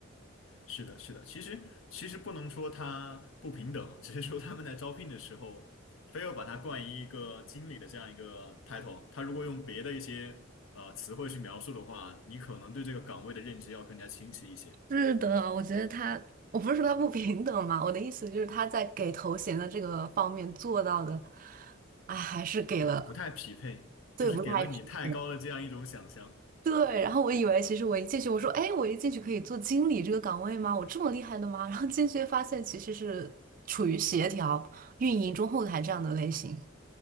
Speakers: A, on the left; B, on the right.
A: 是的，是的。其实其实不能说他不平等，只是说他们在招聘的时候非要把他冠以一个经理的这样一个 title，他如果用别的一些呃词汇去描述的话，你可能对这个岗位的认知要更加清晰一些。
B: 是的，我觉得他，我不是说他不平等嘛，我的意思就是他在给头衔的这个方面做到的，哎，还是给了，
A: 对，不太匹配，
B: 对，
A: 就是给了你太高的这样一种想象。
B: 不太匹配。对，然后我以为其实我一进去，我说，哎，我一进去可以做经理这个岗位吗？我这么厉害的吗？然后进去发现其实是处于协调、运营、中后台这样的类型。